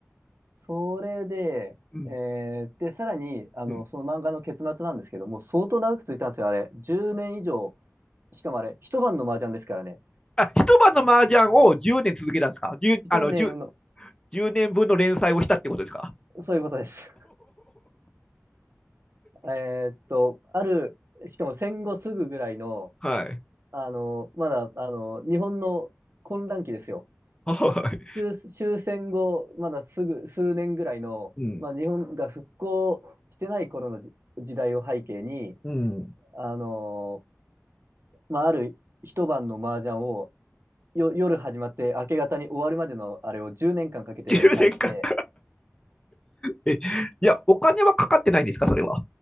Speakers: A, on the right; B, on the left.
A: それで、
B: うん
A: えーで、さらに、あの、
B: うん
A: その漫画の結末なんですけども、相当長く続いたんですよ、あれ。10年以上、しかもあれ、一晩の麻雀ですからね。
B: あ、一晩の麻雀を10年続けたんですか ?10、
A: 一年の、
B: あの、10、年分の連載をしたってことですか
A: そういうことです。<laughs> えーっと、ある、しかも戦後すぐぐらいの、
B: <laughs> はい。
A: あの、まだ、あの、日本の混乱期ですよ。
B: はい。
A: 終、終戦後、まだすぐ、数年ぐらいの、
B: うん。
A: まあ、日本が復興してない頃のじ時代を背景に、
B: うん。
A: あのーまあ、ある一晩の麻雀をよ夜始まって明け方に終わるまでのあれを10年間かんかけて連載して、
B: 10年間。え、いや、お金はかかってないんですかそれは。